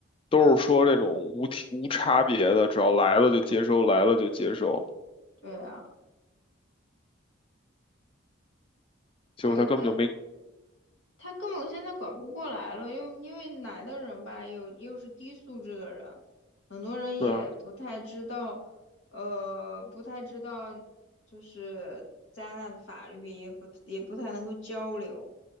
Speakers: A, on the left (about 25°); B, on the left (about 85°).
A: 都是说这种无体无差别的，只要来了就接收，来了就接收，
B: 对啊，
A: 结果他根本就没，
B: 对，但他根本现在管不过来了，又因为来的人吧，又又是低素质的人，很多人也不太知道，
A: 对啊
B: 呃，不太知道，就是加拿大的法律也不也不太能够交流，